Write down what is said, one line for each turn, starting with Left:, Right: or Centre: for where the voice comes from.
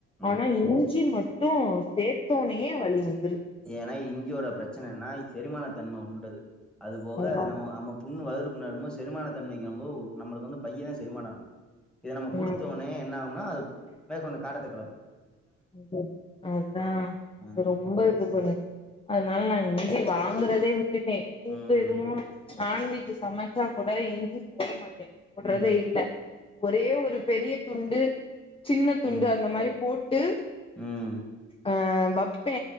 Centre: ம்
Left: ஆனா இஞ்சி மட் மட்டு சேர்த்தோனே வழி வந்துரு
Centre: ஏன்னா இங்கேயோட பிரச்சனைனா செரிமான தன்ம உண்டது அது போக
Left: அதா
Centre: அது நம்ம <unintelligible> புண்ணு வாகுறு புண்ண இருக்குபோது செரிமான தன்மைக்குபோ நமளுக்கு வந்து பைய தா செரிமான ஆகு இத நம்ம
Left: ம்
Centre: கொடுத்தோனே என்ன ஆகும்னா அது மேற்கொண்டு காட்டத்த கிளப்பு
Left: இது அதா அது
Centre: ம்
Left: ரொம்ப இது பண்ணு அதனால நா இஞ்சி வாங்குறதே விட்டுட்ட <unintelligible>
Centre: ம்
Left: எதுவு நான்வெஜ் சமைச்சா கூட இஞ்சி போட மாட்டே போடுறதே
Centre: ம்
Left: இல்ல ஒரே ஒரு பெரிய துண்டு சின்ன துண்டு
Centre: ம்
Left: அந்த மாரி போட்டு
Centre: ம்
Left: அ வைப்பே